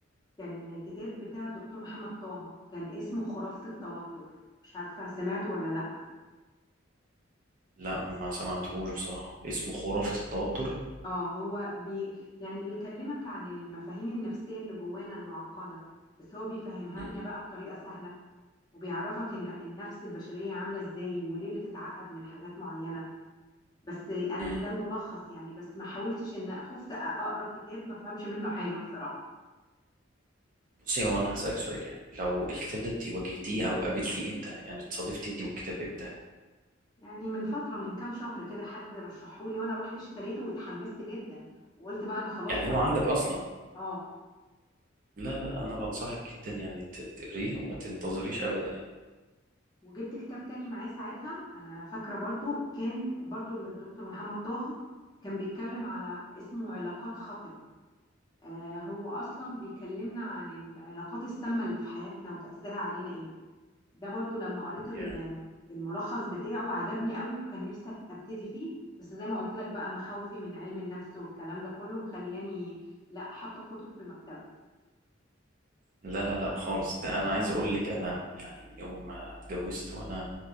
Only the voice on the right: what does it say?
لا ما سمعتهوش بصراحه اسمه خرافه التوتر
مم.
مم.
بصي هو انا هسألك سؤال يعني لو الكتاب ده انت واجهتيه او قابلتيه امتى يعني اتصادفتي انت والكتاب امتى
يعني هو
عندك
اصلا
لا لا انا بنصحك جدا يعني ت- تقريه وما تنتظريش ابدا يعني
يعني
لا لا لا خالص ده انا عايز اقول لك انا يعني من يوم ما اتجوزت وانا